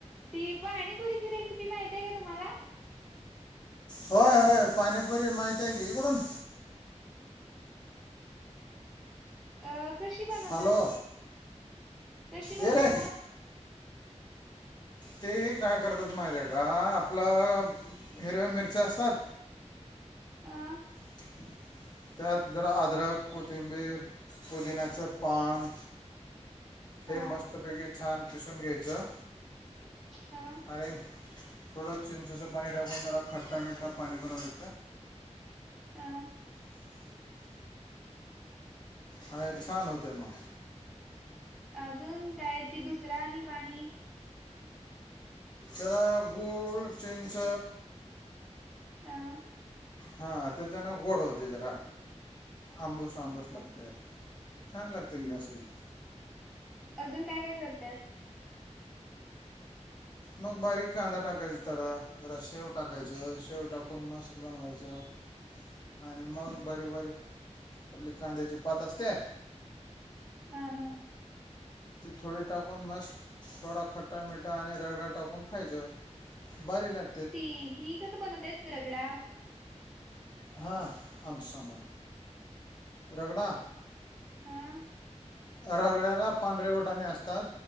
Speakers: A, in the centre; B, on the left.
A: ती पाणीपुरीची रेसिपी माहती आहे का तुम्हाला?
B: होय होय पाणीपुरी माहिती आहे की इकडून.
A: <unintelligible> अ कशी बनवतात?
B: हॅलो
A: तशी बनवतात
B: ये रे ते हे काय करतात माहितीेय का आपलं हिरव्या मिरच्या असतात
A: हा.
B: <inaudible> त्यात अद्रक, कोथिंबीर, पुदिनाचे पान
A: हा
B: हे मस्त पैकी छान कीसून घ्यायचं
A: हा
B: आणिर थोडं चिंचाचं पाणी टाकून जरा खट्टा मिठा पाणी बनवाय
A: हा.
B: अरे छान होते म.
A: अजून काय ती दुसऱ्या निपाणी
B: त्याला गोड चेनच.
A: हा.
B: हा त्याचा नाव गोड होते जरा. आम्बुस
A: हा
B: आम्बुस
A: हा
B: लागते छान लागते
A: हम्म
B: क आसबी.
A: अजून काय काय करतात.
B: मग बारीक कांदा टाकायचा त्यारा, जरा शेव टाकायचं, शेव टाकून मस्त बनवायचं.
A: <inaudible>
B: आणि मग बारीक बारीक आपबली कांद्याची पात असत्या.
A: हा हां.
B: ती थोडी टाकून मस्त थोडा खट्टा मिठा आणि रगडा टाकून खायचं. भारी लाग
A: ती हि कसं बनवत्यात रगडा.
B: हा आमच सबर. रगडा.
A: हा.
B: रगड्याला पांढरेवटाने असतात,